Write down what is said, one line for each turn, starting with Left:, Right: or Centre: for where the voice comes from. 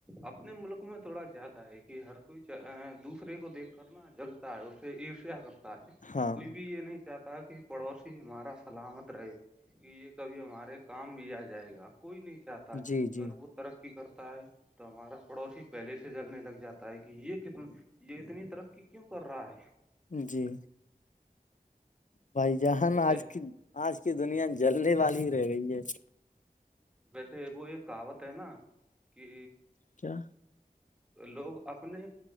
Centre: اپنے ملک میں تھوڑا زیادہ ہے کہ ہر کوئی دوسرے کو دیکھ کرنا جل ہے اسے عرشیا کرتا ہے
Left: ہاں
Centre: کوئی بھی یہ نہیں چاہتا کہ پڑوسی ہمارا سلامت رہے کہ یہ کبھی ہمارے کام بھی آ جائے گا کوئی نہیں چاہتا ہے اگر
Left: جی جی
Centre: وہ ترقی کرتا ہے تو ہمارا پڑوسی پہلے سے جلنے لگ جاتا کہ یہ کت یہ اتنی ترقی کیوں کر رہا ہے
Left: جی بھائی جہان
Centre: وہ کہ
Left: آج کی آج کی دنیا جلنے والی ہی رہ گئی ہے
Centre: ویسے وہ یہ کہاوت ہے نا کہ
Left: کیا
Centre: لوگ اپنے